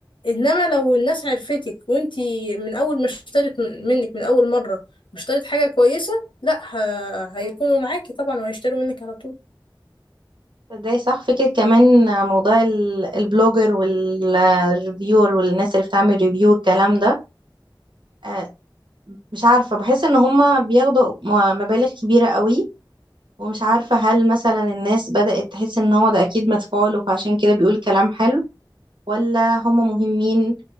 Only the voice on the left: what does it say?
انما لو الناس عرفتك وانتي من اول ما اشترت من- منك من اول مره واشترت حاجه كويسه لا ه... هيكونوا معاكي طبعا وهيشتروا منك على طول